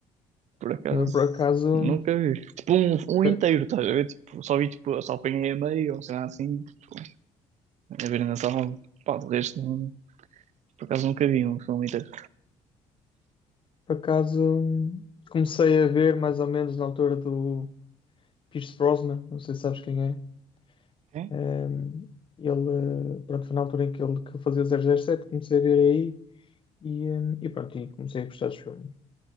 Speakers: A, on the right; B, on the left.
A: Por acaso
B: Não, por acaso,
A: nunca vi. Tipo um, um
B: eu-
A: inteiro, estás a ver? Tipo, só vi tipo, só apanhei a meio ou sei lá assim. Tipo, a ver na sala. Pá, de resto, não- por acaso nunca vi um filme inteiro.
B: por acaso comecei a ver mais ou menos na altura do Pierce Brosnan, não sei se sabes quem é.
A: Ok.
B: Um, ele, pronto, foi na altura em que ele que eu fazia 007, comecei a ver aí e, um, e pronto, e comecei a gostar dos filmes.